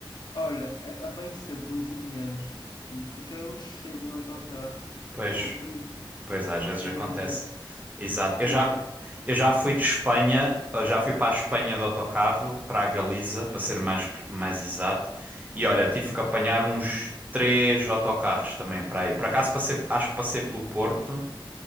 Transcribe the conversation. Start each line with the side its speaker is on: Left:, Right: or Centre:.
Left: olha, a- apanho sempre uns indianos, fica um cheiro no autocarro.
Right: Pois,
Left: Eu, ai,
Right: pois às vezes
Left: é
Right: acontece.
Left: mesmo horrível.
Right: Exato.
Left: Fogo.
Right: Eu já, eu já fui de Espanha, eu já fui para a Espanha de autocarro, para a Galiza, para ser mais, pre- mais exato. E olha, tive
Left: Hum.
Right: que apanhar uns três autocarros também para aí. Por acaso passei, acho que passei pelo Porto,